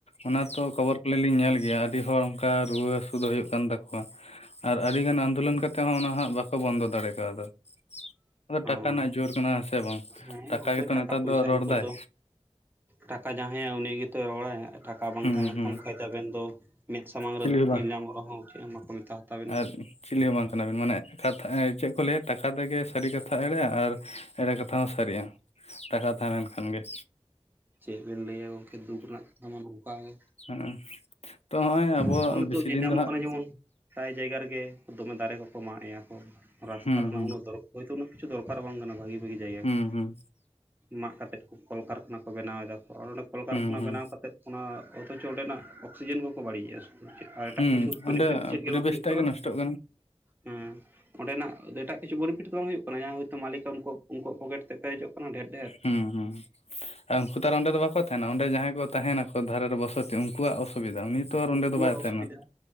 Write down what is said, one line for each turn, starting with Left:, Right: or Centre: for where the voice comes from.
Left: ᱚᱱᱟ ᱛᱚ ᱠᱷᱚᱵᱚᱨ ᱟᱹᱞᱤᱧ ᱧᱮᱞ ᱜᱮᱭᱟ ᱟᱹᱰᱤ ᱦᱚᱲ ᱚᱱᱠᱟ ᱨᱩᱣᱟᱹ ᱦᱟᱹᱥᱩ ᱫᱚ ᱦᱩᱭᱩᱜ ᱠᱟᱱ ᱛᱟᱠᱚᱣᱟ। ᱟᱨ ᱟᱹᱰᱤᱜᱟᱱ ᱟᱱᱫᱳᱞᱚᱱ ᱠᱟᱛᱮ ᱦᱚᱸ ᱚᱱᱟ ᱦᱟᱸᱜ ᱵᱟᱠᱚ ᱵᱚᱱᱫᱚ ᱫᱟᱲᱮ ᱠᱟᱣᱫᱟ। ᱟᱫᱚ ᱴᱟᱠᱟ
Right: <inaudible>
Left: ᱨᱮᱱᱟᱜ ᱡᱳᱨ ᱠᱟᱱᱟ ᱦᱮᱸ ᱥᱮ ᱵᱟᱝ
Right: ᱩᱸ ᱦᱮᱸ ᱜᱚᱝᱠᱮ
Left: ᱜᱮᱛᱚ
Right: ᱴᱟᱠᱟ
Left: ᱱᱮᱛᱟᱨ
Right: ᱯᱚᱭᱥᱟ
Left: ᱫᱚ ᱨᱚᱲ
Right: ᱱᱤᱛᱚᱜ
Left: ᱫᱟᱭ
Right: ᱫᱚ ᱴᱟᱠᱟ ᱡᱟᱦᱟᱸᱟᱭ ᱩᱱᱤᱜᱮᱛᱚᱭ ᱨᱚᱲ-ᱟᱭ। ᱴᱟᱠᱟ ᱵᱟᱝ
Left: ᱦᱩᱸ
Right: ᱛᱟᱦᱮᱸ ᱱᱮᱱ
Left: ᱦᱩᱸ
Right: ᱠᱷᱟᱢ ᱟᱵᱤᱱ ᱫᱚ ᱢᱮᱫ ᱥᱟᱢᱟᱝ ᱨᱮ
Left: ᱪᱤᱞᱤ ᱦᱚᱸ
Right: ᱧᱮᱞ
Left: ᱵᱟᱝ
Right: ᱧᱟᱢᱚᱜ ᱨᱚᱦᱚᱸ ᱪᱮᱫ ᱦᱚᱸ ᱠᱟᱠᱚ ᱢᱮᱛᱟᱦ ᱛᱟᱵᱤᱱᱟ।
Left: ᱟᱨ ᱪᱤᱞᱤ ᱦᱚᱸ ᱵᱟᱝ ᱠᱟᱱᱟᱵᱤᱱ ᱢᱟᱱᱮ ᱠᱟᱛᱷᱟ ᱪᱮᱫ ᱠᱚ ᱞᱟᱹᱭᱟ ᱴᱟᱠᱟ ᱛᱮᱜᱮ ᱥᱟᱹᱨᱤ ᱠᱟᱛᱷᱟ ᱮᱲᱮᱜᱼᱟ ᱟᱨ ᱮᱲᱮ ᱠᱟᱛᱷᱟ ᱦᱚᱸ ᱥᱟᱹᱨᱤᱜᱼᱟ। ᱴᱟᱠᱟ ᱛᱟᱦᱮᱸ ᱞᱮᱱᱠᱷᱟᱱ ᱜᱮ।
Right: ᱪᱮᱜ ᱵᱮᱱ ᱞᱟᱹᱭᱟ ᱜᱚᱝᱠᱮ ᱫᱩᱠ ᱨᱮᱱᱟᱜ ᱛᱟᱢᱟ ᱱᱚᱝᱠᱟ ᱜᱮ
Left: ᱦᱮᱸ ᱛᱚ ᱱᱚᱜᱼᱚᱭ ᱟᱵᱚ
Right: ᱱᱚᱜ-ᱚᱭ ᱱᱤᱛᱳᱜ
Left: ᱵᱮᱥᱤ
Right: ᱧᱮᱞ
Left: ᱫᱤᱱ
Right: ᱧᱟᱢᱚᱜ
Left: ᱫᱚ ᱦᱟᱸᱜ
Right: ᱠᱟᱱᱟ ᱡᱮᱢᱚᱱ। ᱯᱨᱟᱭ ᱡᱟᱭᱜᱟ ᱨᱮᱜᱮ ᱫᱚᱢᱮ ᱫᱟᱨᱮ ᱠᱚᱠᱚ ᱢᱟᱜ ᱮᱸᱭᱟ ᱠᱚ ᱨᱟᱥᱛᱟ
Left: ᱦᱩᱸ
Right: ᱨᱮᱱᱟᱜ
Left: ᱦᱩᱸ
Right: ᱩᱱᱟᱹᱜ ᱫᱚᱨ ᱦᱳᱭᱛᱳ ᱩᱱᱟᱹᱜ ᱠᱤᱪᱷᱩ ᱫᱚᱨᱠᱟᱨ ᱵᱟᱝ ᱠᱟᱱᱟ ᱵᱷᱟᱜᱤ ᱵᱷᱟᱜᱤ ᱡᱟᱭᱜᱟ
Left: ᱦᱩᱸ
Right: ᱠᱚ।
Left: ᱦᱩᱸ
Right: ᱢᱟᱜ ᱠᱟᱛᱮᱫ ᱠᱚ ᱠᱚᱞᱠᱟᱨᱠᱷᱟᱱᱟ ᱠᱚ ᱵᱮᱱᱟᱣ ᱮᱫᱟ ᱠᱚ ᱟᱨ ᱚᱸᱰᱮ ᱠᱚᱞᱠᱟᱨᱠᱷᱟᱱᱟ
Left: ᱦᱩᱸ ᱦᱩᱸ
Right: ᱵᱮᱱᱟᱣ ᱠᱟᱛᱮᱫ ᱚᱱᱟ ᱚᱛᱷᱚᱪᱚ ᱚᱸᱰᱮᱱᱟᱜ ᱚᱠᱥᱤᱡᱮᱱ ᱠᱚᱠᱚ ᱵᱟᱹᱲᱤᱡᱮᱜᱼᱟ ᱥᱩ ᱪᱮᱜ ᱠᱟᱭ ᱮᱴᱟᱜ
Left: ᱦᱩᱸ
Right: ᱠᱤᱪᱷᱩ ᱵᱮᱱᱤᱯᱷᱤᱴ
Left: ᱚᱸᱰᱮ
Right: ᱫᱚ ᱪᱮᱫ
Left: ᱯᱚᱨᱤᱵᱮᱥ
Right: ᱜᱮ ᱵᱟᱝ ᱦᱩᱭᱩᱜ
Left: ᱴᱟᱜ
Right: ᱠᱟᱱᱟ।
Left: ᱜᱮ ᱱᱚᱥᱴᱚᱜ
Right: ᱦᱩᱸ ᱚᱸᱰᱮᱱᱟᱜ ᱮᱴᱟᱜ ᱠᱤᱪᱷᱩ ᱵᱚᱨᱤᱯᱷᱤᱴ ᱫᱚ ᱵᱟᱝ ᱦᱩᱭᱩᱜ ᱠᱟᱱᱟ ᱡᱟᱦᱟᱸ ᱦᱚᱭᱛᱳ ᱢᱟᱞᱤᱠᱟᱜ ᱩᱱᱠᱩᱯ ᱩᱱᱠᱩᱣᱟᱜ ᱯᱚᱠᱮᱴ ᱛᱮ ᱯᱮᱨᱮᱡᱚᱜ ᱚᱱᱟ ᱰᱷᱮᱨ ᱼᱼ
Left: ᱦᱩᱸ ᱦᱩᱸ ᱟᱨ ᱩᱱᱠᱩ ᱛᱚ ᱱᱚᱸᱰᱮ ᱫᱚ ᱵᱟᱠᱚ ᱛᱟᱦᱮᱱᱟ ᱚᱸᱰᱮ ᱡᱟᱦᱟᱸᱭ ᱠᱚ ᱛᱟᱦᱮᱱᱟ ᱠᱚ ᱫᱷᱟᱨᱮ ᱨᱮ ᱵᱚᱥᱚᱛᱤ ᱩᱝᱠᱩᱣᱟᱜ ᱚᱥᱩᱵᱤᱫᱟ ᱩᱱᱤ ᱛᱚ ᱟᱨ
Right: ᱩᱱᱠᱩᱣᱟᱜ
Left: ᱚᱸᱰᱮ ᱫᱚ ᱵᱟᱭ ᱛᱟᱦᱮᱱᱟ
Right: ᱚᱥᱩᱵᱤᱫᱟ